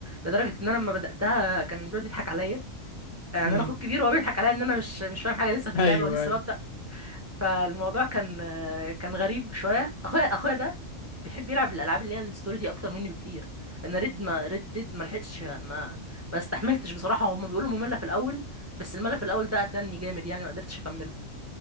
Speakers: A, on the right; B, on the left.
A: لدرجه ان انا لما بداتها كان بيقعد يضحك عليا يعني
B: امم
A: انا اخوك كبير وهو بيضحك عليا ان انا مش مش فاهم حاجه لسه في اللعبه
B: ايوه
A: ولسه
B: ايوه
A: ببدا فالموضوع كان كان غريب شويه اخويا اخويا ده بيحب يلعب الالعاب اللي هي الستوري دي اكتر مني بكتير انا ريد ما ريد ديد ما لحقتش ما ما استحملتش بصراحه هما بيقولوا ممله في الاول بس الملل في الاول ده قتلني جامد يعني ما قدرتش اكملها